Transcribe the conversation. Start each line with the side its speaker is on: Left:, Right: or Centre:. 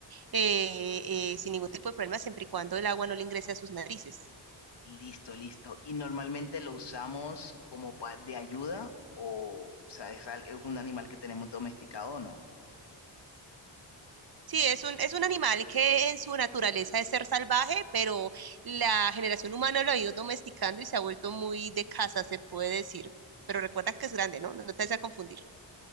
Right: eh, eh, sin ningún tipo de problema, siempre y cuando el agua no le ingrese a sus narices.
Left: listo, listo. Y normalmente lo usamos como pa- de ayuda o, o sea, es, al- es un animal que tenemos domesticado o no.
Right: Sí, es un, es un animal que en su naturaleza es ser salvaje, pero la generación humana lo ha ido domesticando y se ha vuelto muy de casa, se puede decir. Pero recuerda que es grande, ¿no? No te vas a confundir.